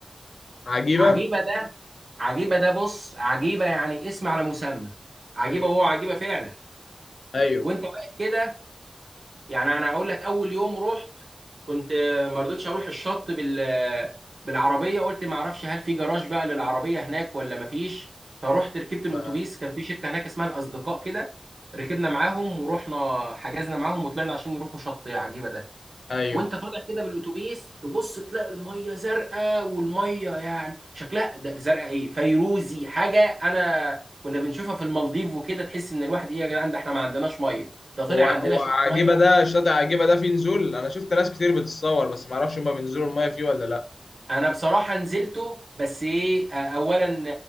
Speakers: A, on the left (about 85°); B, on the right (about 60°).
A: عجيبة
B: عجيبه ده عجيبه ده بص عجيبه يعني اسم على مسمى عجيبه
A: مم.
B: وهو عجيبه فعلا
A: ايوه
B: وانت واقف كده يعني انا هقول لك اول يوم رحت كنت ما رضيتش اروح الشط بال بالعربيه قلت ما اعرفش هل في جراج بقى للعربيه هناك ولا ما فيش فرحت ركبت الاتوبيس
A: ف-
B: كان في شركه هناك اسمها الاصدقاء كده ركبنا معاهم ورحنا حجزنا معاهم وطلعنا عشان يروحوا شط عجيبه ده
A: ايوه
B: وانت طالع كده بالاتوبيس تبص تلاقي الميه زرقاء والميه يعني شكلها ده زرقاء ايه فيروزي حاجه انا كنا بنشوفها في المالديف وكده تحس ان الواحد ايه يا جدعان ده احنا ما عندناش ميه ده طلع
A: هو
B: عندنا
A: هو
B: شويه
A: عجيبة
B: ميه
A: ده الشاطئ عجيبة ده فيه نزول انا شفت ناس كتير بتتصور بس ما اعرفش هما بينزلوا المية فيه ولا لا
B: انا بصراحه نزلته بس ايه آه، اولا